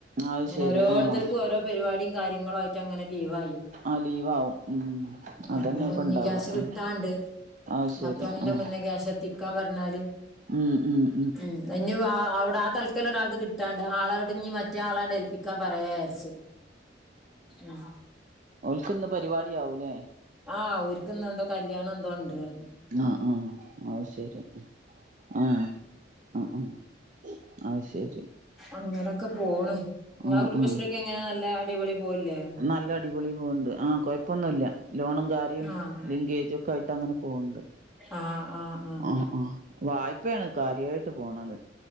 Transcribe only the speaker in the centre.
ഇങ്ങനെ
ഓരോര്ത്തർക്കും
ഓരൊ പരിപാടി കാര്യങ്ങളു ആയിറ്റ് റ്റങ്ങനെ ലീവായി.
അപ്പൊ
ഇഞി
ക്യാഷ് കിട്ടാണ്ട്.
പത്ത് മണിന്റെ
മുന്നെ ക്യാശെത്തിക്കാ പറ്ഞ്ഞാല്
ഉം ഞിവാ അവടെ ആ തൽക്കലൊരാൾത് കി ട്ടാണ്ട് ആളോടിഞ്ഞ് മറ്റേ ആളാണ്ട് ഏൽപ്പിക്കാ പറയാരിച്ച് ഉ
ആഹ് ഒ ാരിക്ക്ന്നന്തോ കല്യാണം എന്തോ ഉണ്ട് പറ്ഞ്ഞ്.
അങ്ങനൊക്കെ പോണ് നിങ്ങളെ
കുടുംബശ്രീക്കെ
എങ്ങനെ നല്ല അടിപൊളി പോവില്ലേ
ആഹ്
ആ ആ ആ